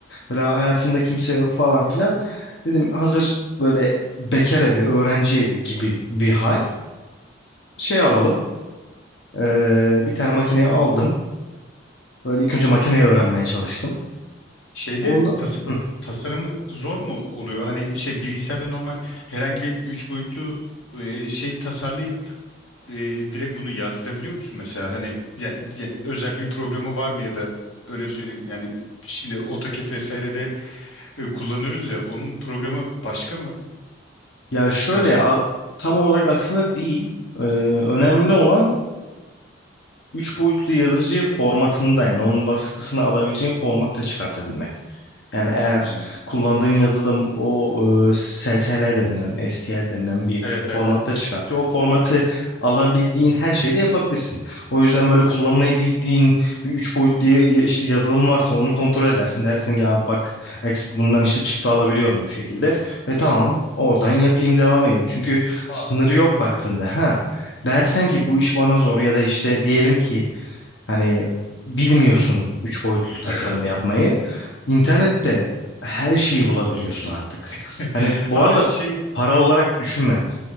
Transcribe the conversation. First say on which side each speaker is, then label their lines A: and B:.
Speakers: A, on the left; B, on the left.
A: Böyle hayatımda kimse yok falan filan. Dedim hazır böyle bekar evi, öğrenci evi gibi bir hal. Şey alalım. Ee, bir tane makineyi aldım. Böyle ilk önce makineyi öğrenmeye çalıştım.
B: Şeyde
A: Onda,
B: tas
A: Hı.
B: tasarımı zor mu oluyor? Hani şey bilgisayarda normal herhangi bir üç boyutlu e, şey tasarlayıp e, direkt bunu yazdırabiliyor musun mesela? Hani yani, ya- özel bir programı var mı ya da öyle söyleyeyim. Yani şimdi AutoCAD vesaire de e, kullanıyoruz ya onun programı başka mı?
A: ya şöyle
B: Yoksa
A: a- tam olarak aslında değil. Ee, önemli olan Üç boyutlu yazıcı formatında yani onun baskısını alabileceğin formatta çıkartabilmek. Yani eğer
B: Hmm.
A: kullandığın yazılım o e, STL denilen, STL denilen bir
B: Evet evet
A: formatta
B: evet.
A: çıkartıyor. O formatı alabildiğin her şeyde yapabilirsin. O yüzden böyle kullanmayı bildiğin bir üç boyutlu ya- işte yazılım varsa onu kontrol edersin. Dersin ki ya bak ex- bundan işte çıktı alabiliyorum bu şekilde. E tamam oradan yapayım devam edeyim. Çünkü
B: Aa.
A: sınırı yok baktığında. Ha Dersen ki bu iş bana zor ya da işte diyelim ki hani bilmiyorsun üç boyutlu tasarım
B: Evet.
A: yapmayı. İnternette her şeyi bulabiliyorsun artık.
B: <laughs>
A: Hani bu
B: Ha
A: arada
B: şey
A: para olarak düşünme.